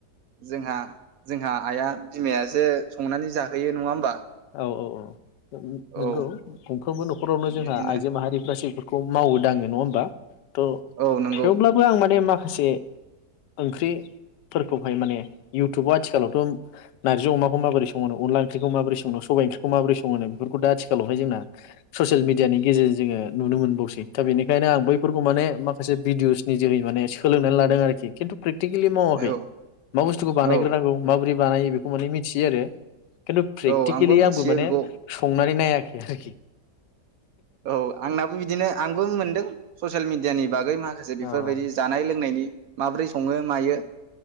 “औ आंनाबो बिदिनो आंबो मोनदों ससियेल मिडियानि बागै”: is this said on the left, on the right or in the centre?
Right